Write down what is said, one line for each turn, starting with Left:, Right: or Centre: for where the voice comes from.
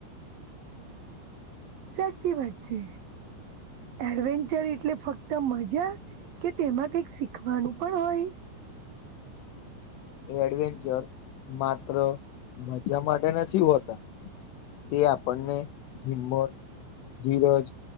Right: સાચી વાત છે એડવેન્ચર એટલે ફક્ત મજા કે તેમાં કઈક શીખવાનું પણ હોય
Left: એ એડવેન્ચર માત્ર મજા માટે નથી હોતા તે આપણને હિંમત ધીરજ